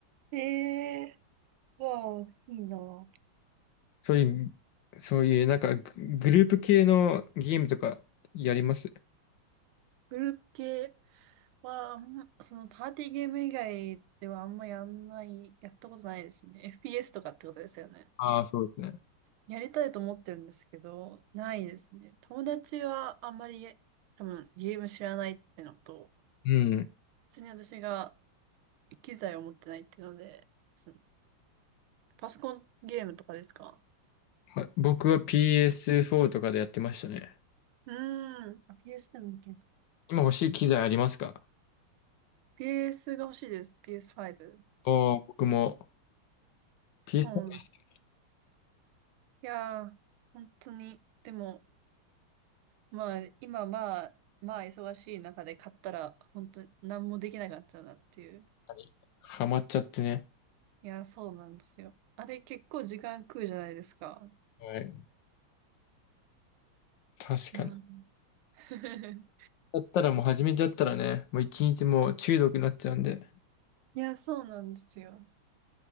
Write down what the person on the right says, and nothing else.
ええー、わあ、いいな
グループ系は、あんまそのパーティーゲーム以外ではあんまやんない、やったことないですね。<laughs> FPS とかってことですよね。
やりたいと思ってるんですけど、ないですね。友達はあんまり多分ゲーム知らないってのと、
普通に私が機材を持ってないっていうので、そのパソコンゲームとかですか
うーん、あ PS でもいける。
PS が欲しいです。PS5。
そう。
いやー、本当に。でも、まあ、今まあ、まあ忙しい中で買ったら、本当に何もできなくなっちゃうなっていう。
いやー、そうなんですよ。あれ結構時間食うじゃないですか。
いやー、<laughs>
いや、そうなんですよ。